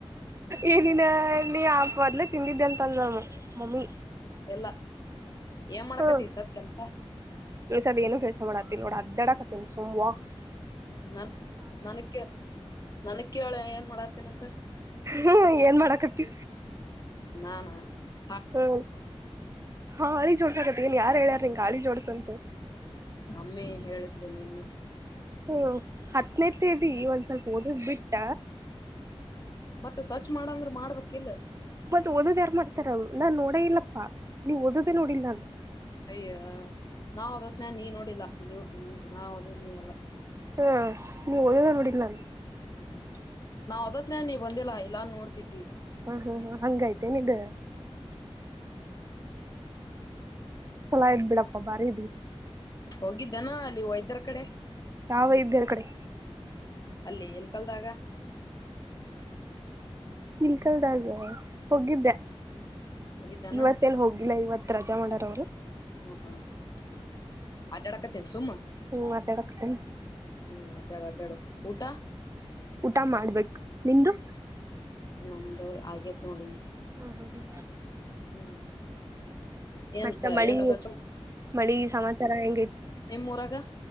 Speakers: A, on the right; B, on the left.
A: ಏ ದಿನ ನೀ ಆಪ್ ಬರ್ಲೆ ತಿಂದಿದ್ದೆ ಅಂತ ಅಂದವ ಮಮ್ಮಿ
B: ಎಲ್ಲಾ ಏನ್ ಮಾಡಕತಿ
A: ಹ್ಮ್
B: ಸತ್ ಕೆಲ್ಸ
A: ಈ ಸಲ ಏನು ಕೆಲಸ ಮಾಡಲ್ ನೋಡು ಸುಮ್ನೆ ಅಡ್ಡಾಡ್ಕತಿನಿ ಸುಮ್ನೆ ವಾಕ್
B: ನನ್ ನನ ಕ ನನ ಕೇಳಿ ಏನ್ ಮಾಡತೀನಂತ
A: ಹ್ಮ್ ಏನ್ ಮಾಡಕತಿ
B: ಹಾ ಹಾ
A: ಹ್ಮ್ ಹಾಳಿ ಜೋಡ್ಸ ಆಕತ್ತ ನ್ ಯಾರ ಹೇಳ್ಯಾರ ನಿಂಗ ಗಾಳಿ ಜೋಡ್ಸಂತ
B: ಮಮ್ಮಿ ಹೇಳಿದ್ಲು ನಿನ್ನೆ
A: ಹ್ಮ ಅಟ್ಲೀಸ್ಟ್ ಇದೀ ಒಂದ್ ಸ್ವಲ್ಪ ಓದದ್ ಬಿಟ್ಟ
B: ಮತ್ತೆ ಸ್ವಚ್ ಮಾಡಂದ್ರ ಮಾಡ್ಬೇಕಕಲ್ಲ
A: ಮತ್ತತ್ ಓದ್ ಯಾರ್ ಮಾಡ್ತಾರ ನಾನ್ ನೋಡ ಇಲ್ಲಪ್ಪಾ ನೀವುಓದದೇ ನೋಡಿಲ್ ನಾನು
B: ಅಯ್ಯ ನಾವ್ ಹೋದತ್ನ ನೀ ನೋಡಿಲ್ಲಾ ನೀವು ನಾ ಓದದ್ ನೀ ಎಲ್ಲ
A: ಹ್ಮ ನೀ ಓದದೇ ನೋಡಿಲ್ಲ ನಾನು
B: ಹ್ಮ ನಾವ್ ಓದತ್ನೇ ನೀ ಬಂದಿಲ್ಲಾ ಇಲ್ಲಾ ನೋಡ್ತಿದಿ
A: ಹಾ ಹಾ ಹಾ ಹಂಗೈತೆೇನದು ಚಲ ಐತೆ ಬಿಡಪ್ಪ ಭಾರಿ ಇದಿ
B: ಹೋಗಿದ್ದನಾ ಅಲ್ಲಿ ವೈದ್ಯರ ಕಡೆ
A: ಯಾವ ವೈದ್ಯರ ಕಡೆ
B: ಅಲ್ಲಿ ಏಲ್ ಕಲ್ದಾಗ
A: ಇಲ್ಕಲ್ದಗ ಹೋಗಿದ್ದೆ
B: ಹೋಗಿದ್ದಾನ
A: ಇವತ್ತೇನ್ ಹೋಗಿಲ್ಲ ಇವತ್ ರಜಾ ಮಾಡಾರ ಅವ್ರು
B: ಹಾ ಹೌ ಅಡ್ ಅಡಕ ತನ್ಸುಮ್ಮ
A: ಹ್ಮ್ ಮಾತಾಡಕತ್ತೇನಿ
B: ಹ್ಮ್ ಅದಾಡ ಅಡ್ಡು ಊಟಾ
A: ಊಟ ಮಾಡ್ಬೇಕು ನಿಂದು
B: ನಮ್ದ ಆಗದ ನೋಡಿ
A: ಹ್ಮ ಹಾ ಹ್ಮ
B: ಹ್ಮ್ ಏನ್
A: ಮತ್ತ
B: ಸ
A: ಮಳಿ
B: ಏನ್ರ ಸ್ವಚ್
A: ಮಳಿ ಸಮಾಚಾರ ಹೆಂಗೈತಿ
B: ನಿಮ್ ಊರಾಗ